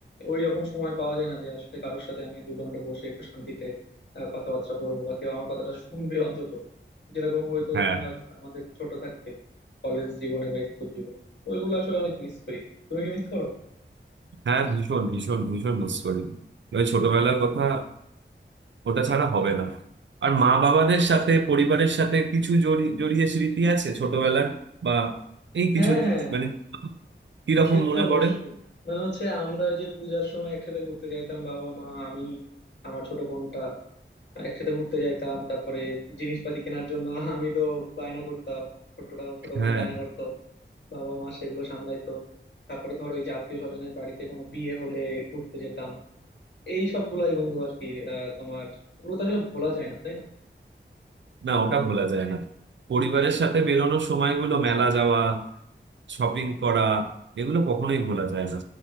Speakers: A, on the left; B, on the right.
A: ওই রকম সময় পাওয়া যায় না যে আসলে কারোর সাথে আমি দুদণ্ড বসে একটু শান্তিতে আহ, কথাবার্তা বলবো বা কেউ আমার কথাটা শুনবে অন্তত যেরকম হয়তো
B: হ্যাঁ
A: তোমার আমাদের ছোট থাকতে কলেজ জীবনে বা স্কুল জীবনে ওইগুলো আসলে অনেক মিস করি তুমি কি মিস করো
B: হ্যাঁ ভীষণ ভীষণ ভীষণ মিস করি ওই ছোটবেলার কথা ওটা ছাড়া হবে না আর মা বাবাদের সাথে পরিবারের সাথে কিছু জড়ি- জড়িয়ে স্মৃতি আছে ছোটবেলার বা এই কিছু
A: হ্যাঁ হ্যাঁ
B: মানে কিরকম
A: সে তো
B: মনে
A: অবশ্যই
B: পড়ে
A: মানে হচ্ছে আমরা ওই যে পূজার সময় একসাথে ঘুরতে যাইতাম বাবা মা আমি আমার ছোট বোনটা একসাথে ঘুরতে যাইতাম তারপরে জিনিসপাতি কেনার জন্য <laughs> আমি তো বায়না করতাম ছোটটা ছোট বোন
B: হ্যাঁ
A: বায়না করতো বাবা মা সেগুলো সামলাইতো তারপরে ধরো এই যে আত্মীয় স্বজনের বাড়িতে কোনো বিয়ে হলে ঘুরতে যেতাম এই সবগুলাই বন্ধু আর কি আহ, তোমার এগুলো তো আসলে ভোলা যায় না তাই না
B: না ওটা ভোলা যায় না পরিবারের সাথে বেরোনোর সময়গুলো মেলা যাওয়া শপিং করা এগুলো কখনোই ভোলা যায় না